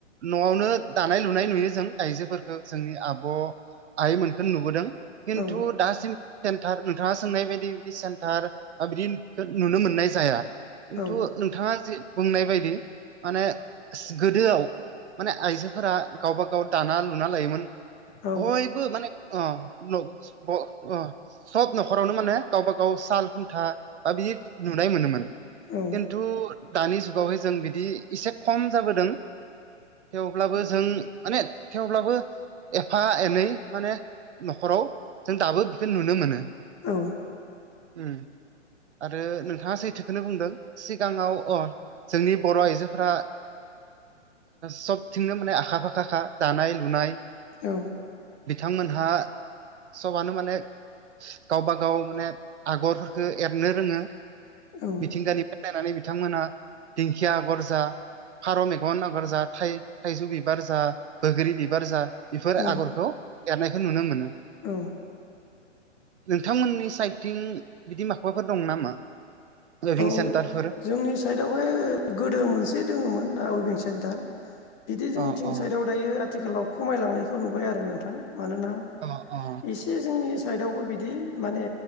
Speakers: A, on the right; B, on the left.
A: न'आवनो दानाय लुनाय नुयो जों आइजोफोरखौ जोंनि आब' आइमोनखौनो नुबोदों खिन्थु
B: औ
A: दासिम सेन्टार नोंथाङा सोंनाय बायदि बिदि सेन्टार बा बिदि नुनो मोननाय जाया। खिन्थु
B: औ
A: नोंथाङा जि बुंनाय बायदि माने गोदोआव माने आइजोफोरा गावबा गाव दाना लुना लायोमोन।
B: औ
A: बयबो माने अ <unintelligible> सब न'खरावनो माने गावबा गाव साल खुन्था बा बिदि नुनाय मोनोमोन।
B: औ
A: खिन्थु दानि जुगावहाय जों बिदि एसे खम जाबोदों थेवब्लाबो
B: औ
A: जों माने थेवब्लाबो एफा एनै माने न'खराव जों दाबो बेखौ नुनो मोनो।
B: औ।
A: उम आरो नोंथाङा सैथोखौनो बुंदों सिगाङाव अ जोंनि बर' आइजोफोरा सबथिंनो माने आखा फाखाखा दानाय-लुनाय
B: औ।
A: बिथांमोनहा सबानो माने गावबाागाव माने आगरफोरखौ एरनो रोङो
B: औ
A: मिथिंगानिफ्राय नायनानै बिथांमोनहा दिंखिया आगर जा फारौ मेगन आगर जा थाइजौ बिबार जा बैग्रि बिबार जा बेफोर
B: औ
A: आगरखौ एरनायखौ नुनो मोनो।
B: औ।
A: नोंथांमोननि साइदथिं बिदि माबाफोर दं नामा? वेभिं
B: औ
A: सेन्टारफोर
B: जोंनि साइटआवहाय गोदो मोनसे दङोमोन उइभिं सेन्टार बिदि जोंनिथिं
A: अ अ
B: साइदआव दायो आथिखालाव खमायलांनायखौ नुबाय आरो नोंथां। मानोना
A: अ अ
B: एसे जोंनि साइदआवबो बिदि माने